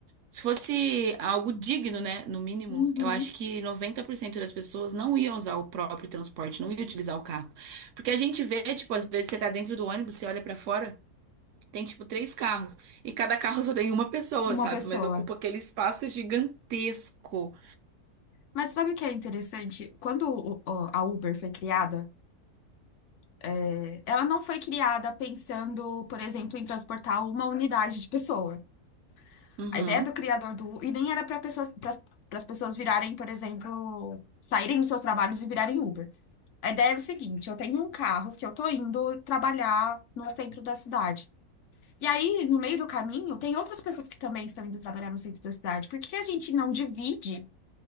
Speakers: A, on the right; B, on the left.
A: se fosse algo digno, né? No mínimo,
B: Uhum.
A: eu acho que 90% das pessoas não iam usar o próprio transporte, não iam utilizar o carro. Porque a gente vê, tipo, às vezes você tá dentro do ônibus, você olha pra fora. Tem tipo três carros. E cada carro só tem uma pessoa,
B: Uma
A: sabe?
B: pessoa.
A: Mas ocupa aquele espaço gigantesco.
B: Mas sabe o que é interessante? Quando o- o- a Uber foi criada, é, ela não foi criada pensando, por exemplo, em transportar uma unidade de pessoa.
A: Uhum.
B: A ideia do criador do e nem era para pessoas, para as pessoas virarem, por exemplo, saírem dos seus trabalhos e virarem Uber. A ideia é o seguinte, eu tenho um carro que eu tô indo trabalhar no centro da cidade. E aí, no meio do caminho, tem outras pessoas que também estão indo trabalhar no centro da cidade. Por que que a gente não divide,